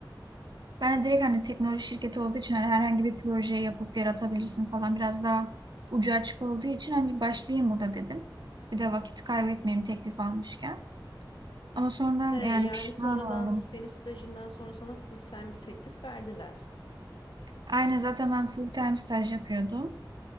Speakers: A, on the right; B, on the left.
A: Ben de direkt hani teknoloji şirketi olduğu için hani herhangi bir projeyi yapıp yaratabilirsin falan biraz daha ucu açık olduğu için hani başlayayım burada dedim. Bir de vakit kaybetmeyeyim teklif almışken. Ama sonradan
B: He, yani
A: yani pişman
B: sonradan
A: oldum.
B: senin stajından sonra sana full time bir teklif verdiler.
A: Aynen zaten ben full time staj yapıyordum.